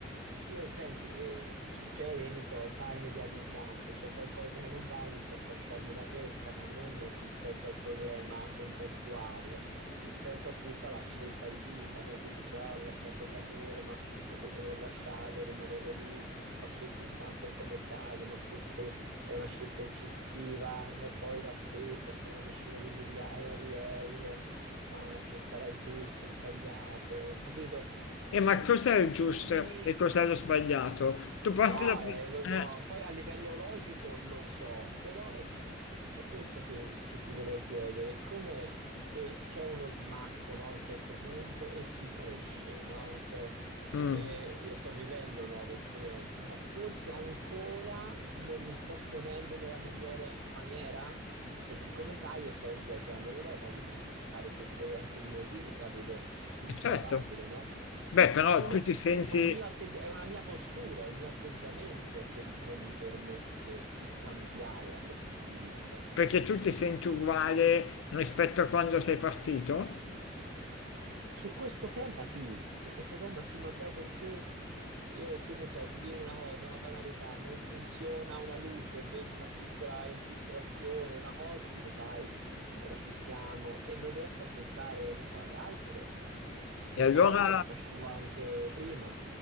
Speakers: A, on the right; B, on the left.
A: io, senti, eh, mi succede, che ne so, sai che viaggio in campo, c'è qualcosa che non va, inizio a fasciarmi la testa, ma non rispetto al problema contestuale, rispetto a tutta la scelta di vita, no? Quindi già ho lasciato il lavoro, ma potevo non lasciarlo, rimanere lì. Ho scelto un camper come casa, ma forse è una scelta eccessiva, ma poi la spesa sono decine di migliaia di euro, ma che sarà giusto, sbagliato, capito?
B: E ma
A: Mm,
B: cos'è il giusto
A: Ogni
B: e cos'è lo sbagliato? Tu parti
A: No,
B: da... pre-
A: eh, lo-
B: Eh,
A: no, poi a livello logico lo so, però è, è questo che, che ti volevo chiedere, come che c'è uno smacco, no, a un certo punto e si cresce, no? Cioè,
B: mm,
A: eh, io sto vivendo nuove esperienze, ma forse ancora non mi sto ponendo nella migliore maniera, perché come sai io sto viaggiando l'Europa, quindi fare più esperienze di così la vedo improbabile,
B: eh, certo.
A: no?
B: Beh, però
A: Come,
B: tu ti senti
A: cioè, è un mio atteggia- è una mia postura, è un mio atteggiamento che non mi permette di cambiare da quel punto di vista.
B: perché tu ti senti uguale rispetto a quando sei partito?
A: Su questo tema sì, su questo tema sì, Matteo, perché io che ne so, ti dico una cosa, una banalità, non funziona una luce o vedo una piccola infiltrazione, una cosa, dico vai, ora ci siamo e non riesco a pensare, che ne so, ad altro. E questa
B: E allora
A: cosa la facevo anche prima.